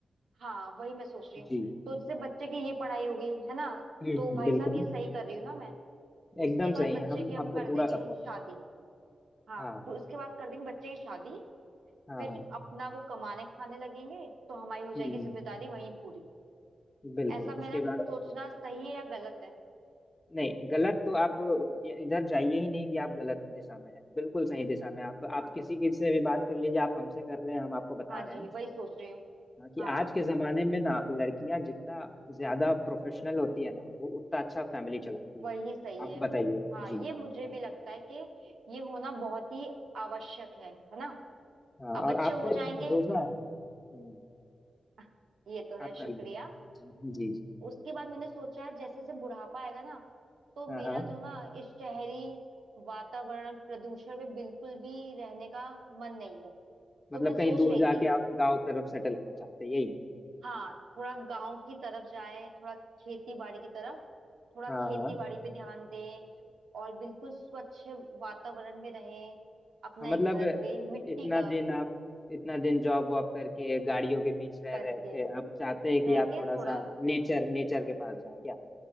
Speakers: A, on the right; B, on the left.
A: हाँ वही मैं सोच रही हूँ
B: जी
A: तो जैसे बच्चे की ये पढ़ाई हो गई है ना
B: हम्म
A: तो
B: हम्म,
A: भाई
B: बिल्कुल
A: साहब ये सही कर रही हूँ ना मैं उसके
B: एकदम
A: बाद
B: सही
A: बच्चे
B: है हम
A: की हम
B: आपको
A: कर
B: पूरा
A: देंगे
B: सपोर्ट दें
A: शादी हाँ
B: हाँ
A: फिर
B: हाँ
A: उसके बाद कर देंगे बच्चे की शादी
B: हाँ
A: फिर
B: हाँ
A: अपना वो कमाने खाने लगेंगे तो हमारी हो जाएगी
B: हम्म
A: जिम्मेदारी वहीं पूरी
B: बिल्कुल
A: ऐसा
B: उसके
A: मेरा
B: बाद
A: सोचना सही है या गलत है
B: नहीं गलत तो आप इधर जाइए ही नहीं कि आप गलत दिशा में हैं बिल्कुल सही दिशा में हैं। आप आप
A: हाँ
B: किसी के से भी बात कर लीजिए आप हमसे कर रहे हैं हम आपको बता
A: हाँ
B: रहे
A: जी
B: हैं
A: वही सोच रही हूँ
B: हाँ, कि
A: हाँ
B: आज के जमाने में ना लड़कियां जितना ज्यादा प्रोफेशनल होती है ना वो उतना अच्छा फैमिली चलाती
A: वही
B: है
A: सही
B: आप
A: है
B: बताइए
A: हाँ
B: जी
A: ये मुझे भी लगता है कि ये होना बहुत ही आवश्यक है है ना
B: हाँ
A: अब बच्चे
B: और आप
A: हो
B: पे
A: जाएंगे
B: भरोसा है हम्म
A: आह, ये तो
B: आप
A: है
B: कर
A: शुक्रिया
B: लो जी जी जी।
A: उसके बाद मैंने सोचा है जैसे जैसे बुढ़ापा आएगा ना तो
B: हाँ
A: मेरा
B: हाँ
A: तो ना इस शहरी वातावरण प्रदूषण में बिल्कुल भी रहने का मन नहीं है
B: मतलब
A: तो मैं
B: कहीं
A: सोच
B: दूर
A: रही
B: जाके
A: थी
B: आप गांव तरफ सेटल होना चाहते हैं यही
A: हाँ थोड़ा गांव की तरफ जाए थोड़ा खेती बाड़ी की तरफ थोड़ा
B: हाँ
A: खेती
B: हाँ
A: बाड़ी पे ध्यान दें और बिल्कुल स्वच्छ वातावरण में रहें अपना
B: हाँ मतलब
A: एक घर पे मिट्टी
B: इतना
A: का
B: दिन आप इतना दिन जॉब वॉब करके गाड़ियों के बीच रह
A: करके
B: रहे थे आप चाहते हैं कि
A: रह के
B: आप थोड़ा
A: थोड़ा
B: सा नेचर नेचर के पास जाएं क्या